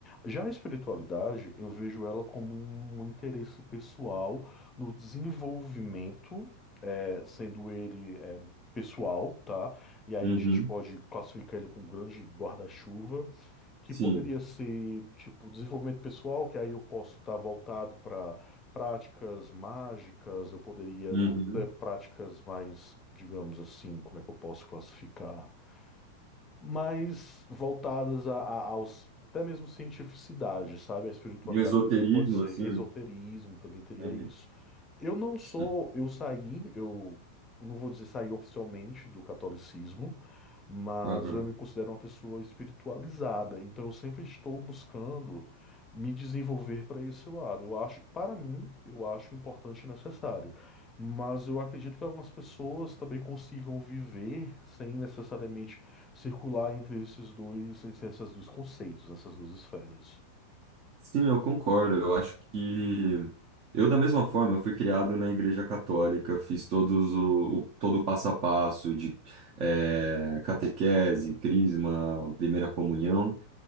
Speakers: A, on the left; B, on the right.
A: Já a espiritualidade, eu vejo ela como um interesse pessoal no desenvolvimento, eh, sendo ele eh, pessoal, tá? E aí
B: uhum,
A: a gente pode classificar ele com um grande guarda-chuva, que
B: sim.
A: poderia ser, tipo, desenvolvimento pessoal, que aí eu posso estar voltado para práticas mágicas, eu poderia
B: Uhum.
A: ter práticas mais, digamos assim, como é que eu posso classificar? mais voltadas a, a- aos até mesmo cientificidade, sabe? A espiritualidade
B: de esoterismo,
A: também pode ser,
B: assim.
A: esoterismo também teria
B: É,
A: isso. Eu não sou,
B: sim.
A: eu saí, eu não vou dizer saí oficialmente do catolicismo, mas
B: Aham.
A: eu me considero uma pessoa espiritualizada, então eu sempre estou buscando me desenvolver para esse lado. Eu acho, para mim, eu acho importante e necessário. Mas eu acredito que algumas pessoas também consigam viver sem necessariamente circular entre esses dois, entre esses dois conceitos, essas duas esferas.
B: Sim, eu concordo. Eu acho que eu, da mesma forma, eu fui criado na Igreja Católica, fiz todos o, o- todo o passo a passo de eh, catequese, crisma, primeira comunhão,